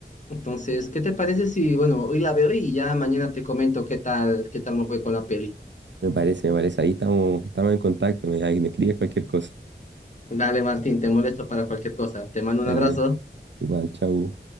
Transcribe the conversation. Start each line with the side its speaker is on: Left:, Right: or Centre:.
Left: Entonces, ¿qué te parece si, bueno, hoy la veo y ya mañana te comento qué tal, qué tal me fue con la peli?
Right: Me parece, me parece, ahí estamos, estamos en contacto, me, ahí me escribes cualquier cosa.
Left: Dale, Martín, te molesto para cualquier cosa. Te mando un
Right: Dale,
Left: abrazo.
Right: igual, chau.